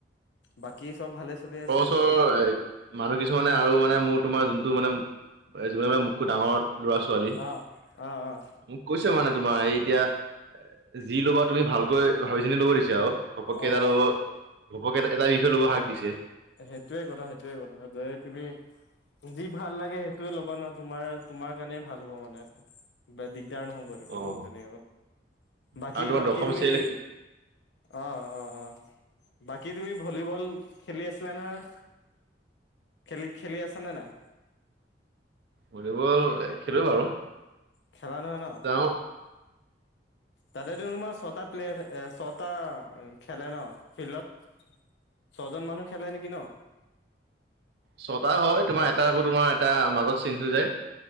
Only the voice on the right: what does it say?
ৰৰ এ মানুহ কিছুমানে আৰু মানে মোৰ তোমাৰ যোনটো মানে এযোমান মানে মোকোতকে ডাঙৰ ল'ৰা ছোৱালী
মোক কৈছে মানে তোমাৰ এই এতিয়া যি ল'বা তুমি ভালকৈ ভাবি চিনি লব দিছা আৰু ঘপককে
এটা ল'ব ঘপক এটা এটা বিষয় ল'ব হাক দিছে
অ',
কাৰণ তোমাৰ
দশম
শ্ৰেণীলৈকে
ভলীবল খেলো বাৰু।
যাওঁ <unintelligible>
ছটা হয় তোমাৰ এটা আকৌ তোমাৰ এটা মাজত চিজ হৈ যায়।